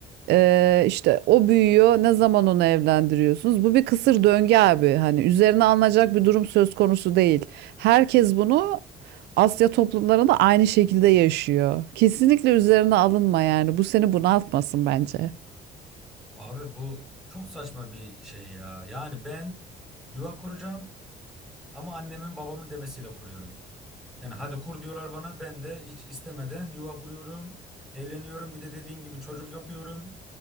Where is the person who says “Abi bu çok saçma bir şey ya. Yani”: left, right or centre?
Centre